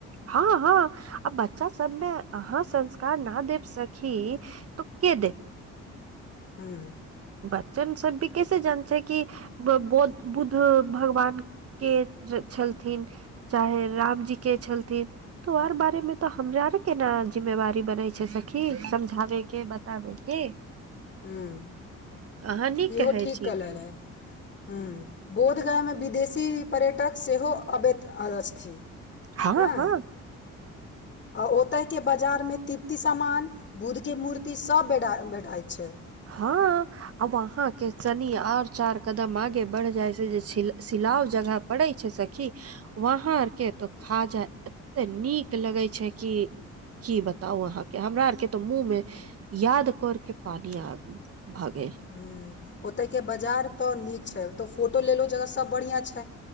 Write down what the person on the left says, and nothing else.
हूँ।
हूं।
इहो
ठीक
कहले रहै, हूं बोधगया मे विदेशी पर्यटक सेहो अबैत अ अछ थी
हें।
अ ओतय के बाजार मे तृप्ति समान, बुध के मूर्ति सब बेडाय भेटाय छै।
हूँ ओतय के बजार तऽ नीक छै, ओता फोटो लै ल ओ जगह सब बढ़िया छै।